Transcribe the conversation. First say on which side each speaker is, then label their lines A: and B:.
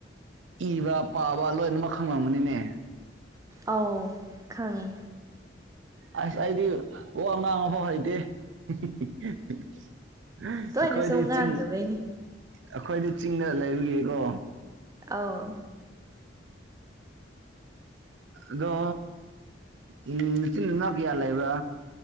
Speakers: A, on the right (about 80°); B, on the right (about 20°).
A: ꯏꯕ ꯄꯥꯕ ꯂꯣꯏꯅꯃꯛ ꯈꯪꯉꯝꯒꯅꯤꯅꯦ
B: ꯑꯧ ꯈꯪꯉꯤ
A: ꯑꯁ ꯑꯩꯗꯤ ꯋꯥ ꯉꯥꯡꯕꯐꯥꯎ ꯍꯩꯇꯦ <unintelligible>
B: ꯇꯣꯏꯅ
A: ꯑꯩꯈꯣꯏꯗꯤ
B: ꯁꯨꯝ ꯉꯥꯡꯗꯕꯩꯅꯤ
A: ꯆꯤꯡ ꯑꯩꯈꯣꯏꯗꯤ ꯆꯤꯡꯗ ꯂꯩꯕꯒꯤꯀꯣ
B: ꯑꯧ
A: ꯑꯗꯣ ꯎꯝ ꯅꯆꯤꯟ ꯃꯅꯥꯎ ꯀꯌꯥ ꯂꯩꯕ꯭ꯔꯥ